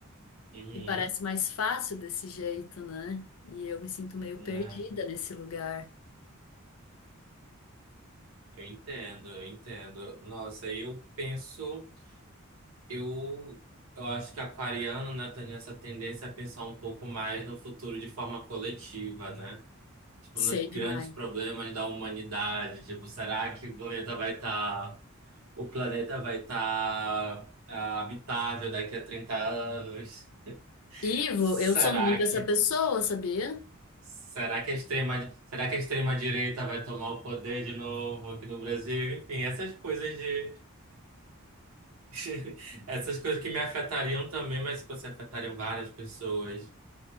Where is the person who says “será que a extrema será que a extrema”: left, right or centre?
Right